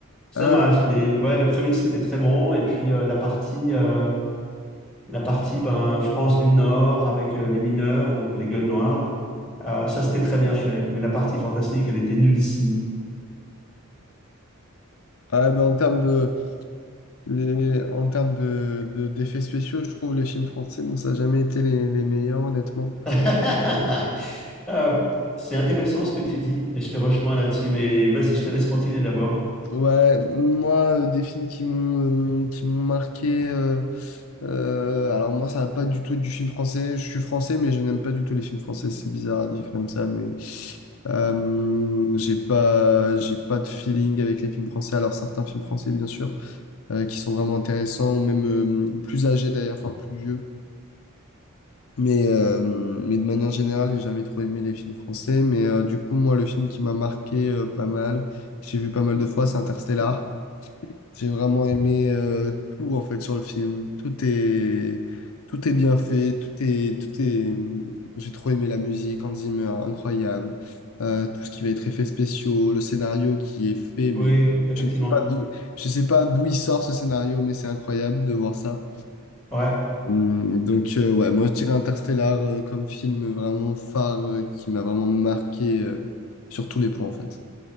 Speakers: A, in the centre; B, on the left.
A: C'est
B: Ah,
A: dommage. Les, ouais, le premier, c'était très bon et puis euh, la partie... euh, la partie ben, France du Nord avec euh, les mineurs, donc les gueules noires. Euh, ça, c'était très bien fait, mais la partie fantastique, elle était nullissime.
B: ah, ben, en termes de, les, en termes de, de- d'effets spéciaux, je trouve les films français, bon, ça n'a jamais été les, les meilleurs, honnêtement.
A: <laughs> Euh, c'est intéressant ce que tu dis, et je te rejoins là-dessus, mais vas-y, je te laisse continuer d'abord.
B: Ouais, moi, euh, des films qui m'ont euh, qui m'ont marqué. Euh, alors moi, ça va pas du tout être du film français. Je suis français, mais je n'aime pas du tout les films français. C'est bizarre à dire comme ça, mais euh, j'ai pas, j'ai pas de feeling avec les films français. Alors certains films français, bien sûr, euh, qui sont vraiment intéressants, ou même euh, plus âgés d'ailleurs, enfin plus vieux. Mais, euh, mais de manière générale, j'ai jamais trop aimé les films français. Mais euh, du coup, moi, le film qui m'a marqué euh, pas mal, que j'ai vu pas mal de fois, c'est Interstellar. J'ai vraiment aimé euh, tout en fait sur le film. Tout est tout est bien fait, tout est tout est mmh, j'ai trop aimé la musique, Hans Zimmer, incroyable. Euh, tout ce qui va être effets spéciaux, le scénario qui est fait mais
A: Oui, effectivement.
B: je ne sais pas d'où je sais pas d'où il sort ce scénario mais c'est incroyable de voir ça.
A: Ouais,
B: Hum, donc euh, ouais, moi je dirais Interstellar euh, comme film vraiment phare euh, qui m'a vraiment marqué euh, sur tous les points en fait.